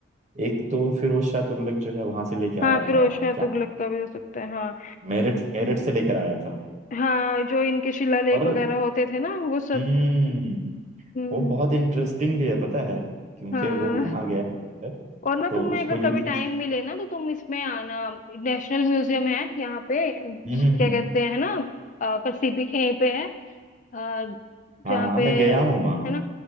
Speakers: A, on the right; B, on the left.
A: एक तो फिरोज शाह तुगलक जो है वहां से लेके
B: हाँ
A: आया
B: फिरोज
A: था
B: शाह
A: क्या
B: तुगलक का भी हो सकता है हाँ
A: मेरठ मेरठ से लेकर आया था
B: हाँ जो इनके शिलालेख
A: और
B: वगैरह होते थे ना वो सब
A: हम्म
B: हम्म
A: वो बहुत इंटरेस्टिंग भी है पता है क्योंकि
B: हाँ
A: वो वहां गया है,
B: और ना
A: तो
B: तुम्हें
A: उसको
B: अगर
A: ये
B: कभी
A: चीज
B: टाइम मिले ना तो तुम इसमें आना नेशनल म्यूजियम है यहाँ पे
A: हम्म हम्म,
B: क्या
A: हम्म,
B: कहते हैं ना अ, सीपी के यहीं पे है अ,
A: हाँ
B: जहाँ
A: हाँ
B: पे
A: मैं गया हूँ वहाँ
B: है ना